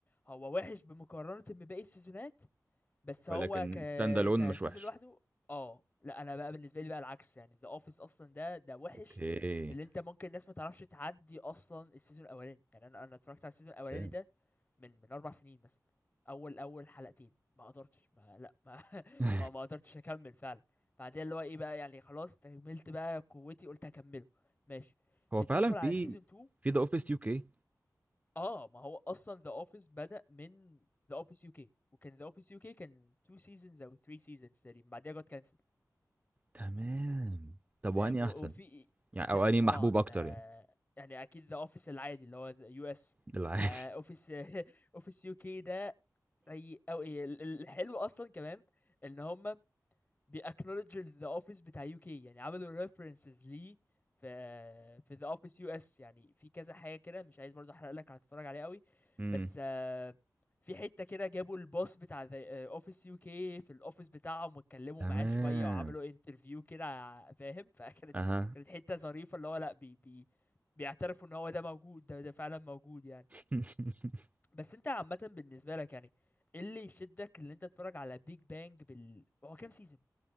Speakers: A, on the left; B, on the right.
A: هو وحش بمقارنة بباقي السيزونات بس
B: ولكن
A: هو ك
B: ستاند الون
A: كسيزون
B: مش وحش
A: لوحده اه لا انا بقى بالنسبه لي بقى العكس يعني ذا اوفيس اصلا ده ده وحش
B: اوكي
A: اللي انت ممكن الناس ما تعرفش تعدي اصلا السيزون الاولاني يعني انا انا اتفرجت على السيزون الاولاني
B: تمام.
A: ده من من اربع سنين مثلا اول اول حلقتين ما قدرتش ما لا ما <laughs>
B: <laughs>
A: ما, ما قدرتش اكمل فعلا بعدين اللي هو ايه بقى يعني خلاص تكملت بقى قوتي قلت هكمله ماشي
B: هو
A: بتدخل
B: فعلا في
A: على سيزون 2
B: في ذا اوفيس يو كي
A: اه ما هو اصلا ذا اوفيس بدأ من ذا اوفيس يو كي وكان ذا اوفيس يو كي كان 2 سيزونز او 3 سيزونز تقريبا بعدها جت كانسل
B: تمام طب
A: فاهم
B: واني
A: و-
B: احسن
A: وفي
B: يعني او
A: لا
B: اني محبوب
A: طبعا
B: اكتر
A: آه،
B: يعني
A: يعني اكيد ذا اوفيس العادي اللي هو يو اس
B: <laughs> العادي
A: ده اوفيس اوفيس يو كي <laughs> ده سيء او الحلو اصلا كمان ان هم بيأكنولج ذا اوفيس بتاع يو كي يعني عملوا ريفرنسز ليه في في ذا اوفيس يو اس يعني في كذا حاجه كده مش عايز برضه احرق لك هتتفرج عليه قوي
B: امم
A: بس آه، في حته كده جابوا الباص بتاع ذا اوفيس يو كي في الاوفيس بتاعهم واتكلموا
B: تمام
A: معاه شويه وعملوا انترفيو كده فاهم <laughs> فكانت
B: اها
A: كانت حته ظريفه اللي هو لا بي بي بيعترفوا ان هو ده موجود ده ده فعلا موجود يعني
B: <laughs>
A: بس انت عامه بالنسبه لك يعني ايه اللي يشدك اللي انت تتفرج على بيج بانج بال هو كام سيزون